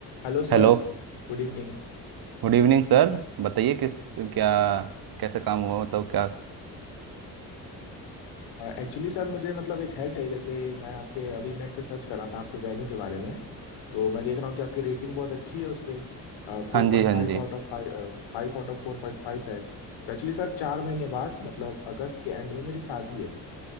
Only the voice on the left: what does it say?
Hello sir
Good evening
Actually sir मुझे मतलब एक हेल्प चाहिए जैसे मैं आपके अभी नेट पे सर्च कर रहा था आपके वेन्यू के बारे में तो मैं देख रहा हूँ कि आपकी रेटिंग बहुत अच्छी है उस पे Four
point
five
out of five five out of four point five है तो एक्चुअली सर चार महीने बाद मतलब अगस्त के एंड में मेरी शादी है